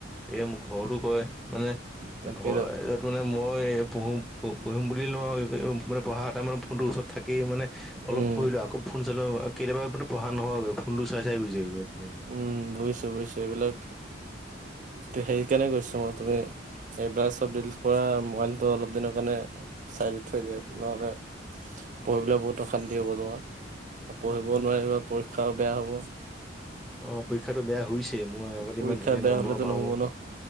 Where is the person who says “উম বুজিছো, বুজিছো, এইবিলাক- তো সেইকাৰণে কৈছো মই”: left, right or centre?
Right